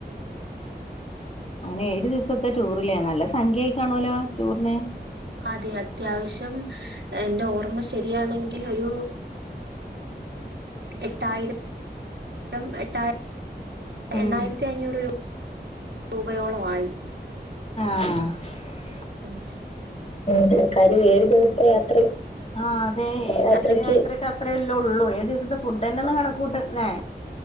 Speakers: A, on the left; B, on the right.
A: അങ്ങനെ ഏഴ് ദിവസത്തെ ടൂറ്ല്ലേ നല്ല സംഖ്യ ആയിക്കാണല്ലോ ടൂറിന്.
B: അതെ അത്യാവശ്യം എന്റെ ഓർമ്മ ശരിയാണെങ്കിൽ ഒരു എട്ടായിരം എട്ടാ
A: ഉം
B: എണ്ണായിരത്തി അഞ്ഞൂറ് രൂപയോളം ആയി.
A: ആഹ്‌.
B: ഉം
A: പിന്നെ കാര്യം ഏഴ് ദിവസത്തെ യാത്ര ആ അതെ
B: യാത്രയ്ക്ക്
A: അത്രയ്ക്ക് അത്രല്ലേ ഒള്ളൂ ഏഴ് ദിവസത്തെ ഫുഡ്ന്നെ ഒന്ന് കണക്ക് കൂട്ടന്നേ